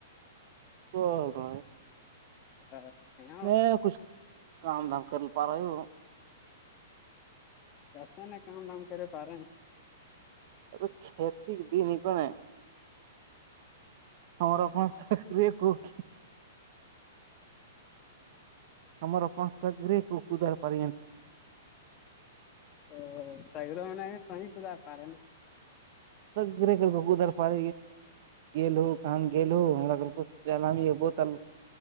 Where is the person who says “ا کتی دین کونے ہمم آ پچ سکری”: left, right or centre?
Right